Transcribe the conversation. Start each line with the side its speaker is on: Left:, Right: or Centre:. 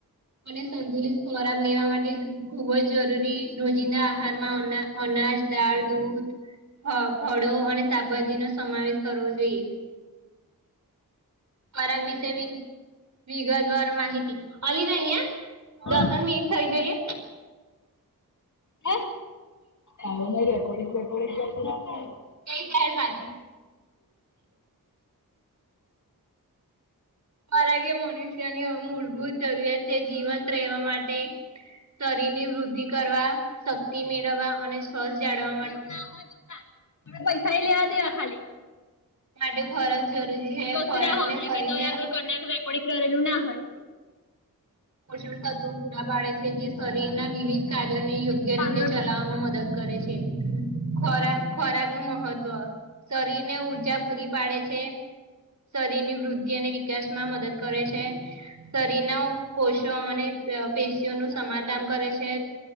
Right: અને સંતુલિત ખોરાક લેવા માટે ખુબ જ જરૂરી રોજીના આહારમાં અનાજ, દાળ, દૂધ હ ભડો અને શાકભાજીનો સમાવેશ કરવો જોઈએ. ખોરાક વિશે વિગત દ્વાર માહિતી અલી નઈ હહ
Left: નહી
Right: દસન મીટ થઇ જઈએ.
Left: હે આમાં રેકોર્ડંગ બેકોર્ડંગ કશું ના થાય ને
Right: ગઈ તાર પાછી ખોરાક એ મનુષ્યની હવે મૂળભૂત જરૂરીયાત છે જીવંત રહેવા માટે શરીરની વૃદ્ધિ કરવા, શક્તિ મેળવવા અને <inaudible>
Left: એવું ના હોય બકા હવે ખાઈ લેવા દે હવે ખાલી
Right: માટે ખોરાક જરૂરી છે
Left: કસુ
Right: ખોરાકને
Left: ના હોય ભઈ
Right: શરીરને
Left: તોય આગળ કોઈ નેક રેકોર્ડિંગ કરેલું ના હોય.
Right: પોષણ તત્વો પૂરા પાડે છે. જે શરીરના વિવિધ કાર્યોને યોગ્ય
Left: ડાઉનલોડ
Right: રીતે ચલાવવામાં
Left: થાય
Right: મદદ કરે છે. ખોરાક ખોરાકનું મહત્વ શરીરને ઊર્જા પૂરી પાડે છે. શરીરની વૃદ્ધિ અને વિકાસમાં મદદ કરે છે. શરીરનો કોષો અને પેશીઓનું સમારકામ કરે છે.